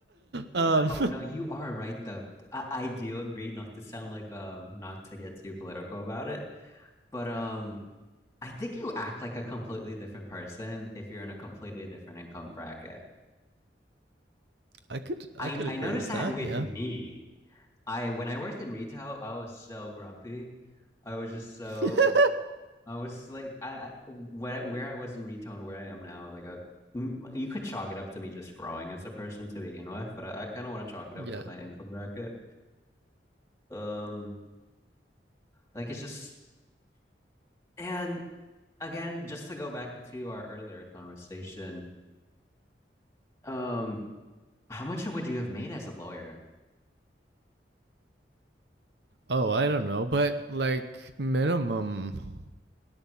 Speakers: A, on the left; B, on the right.
A: You,
B: um,
A: no, no, you are right though. I, I do agree not to sound like um not to get too political about it, but um I think you act like a completely different person if you're in a completely different income bracket.
B: I could I
A: I
B: could
A: I
B: agree
A: noticed
B: with
A: that
B: that.
A: with
B: Yeah,
A: me. I when I worked in retail, I was so grumpy. I was just so
B: <laughs>
A: I was like I, I where where I was in retail and where I am now, like I, m- you could chalk it up to me just growing as a person to begin with, but I, I kind of want to chalk it
B: yeah.
A: up to my income bracket. Um Like it's just and again, just to go back into our earlier conversation, um, how much would you have made as a lawyer?
B: Oh, I don't know, but like minimum